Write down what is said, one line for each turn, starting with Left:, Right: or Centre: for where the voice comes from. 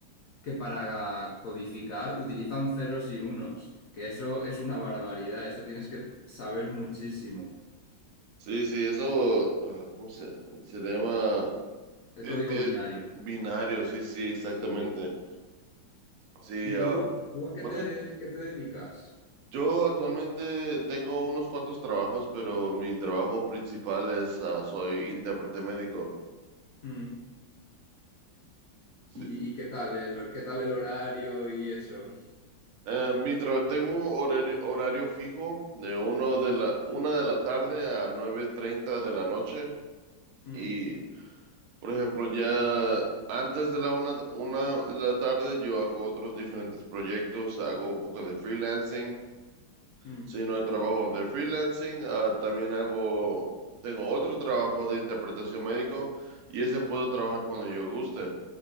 Left: que para codificar utilizan ceros y unos, que eso es una barbaridad, eso tienes que saber muchísimo.
Right: Sí, sí, eso, ah, ¿cómo se, se le llama?
Left: El
Right: Tien-
Left: código
Right: tie-
Left: binario.
Right: Binario, sí, sí, exactamente.
Left: Sí.
Right: Sí,
Left: ¿Y tú,
Right: ah,
Left: y tú a qué
Right: ¿mande?
Left: te, qué te dedicas?
Right: Yo actualmente tengo unos cuantos trabajos, pero mi trabajo principal es, ah, soy intérprete médico.
Left: Mm.
Right: sí.
Left: ¿Y, y qué tal el, qué tal el horario y eso?
Right: Eh, mi tra- tengo horario, horario fijo de uno de la una de la tarde a nueve treinta de la noche
Left: Mm,
Right: y por ejemplo ya antes de la una, una de la tarde yo hago otros diferentes proyectos, hago un poco de freelancing,
Left: mm.
Right: si no hay trabajo de freelancing, ah, también hago, tengo otro trabajo de interpretación médico y ese puedo trabajar cuando yo guste.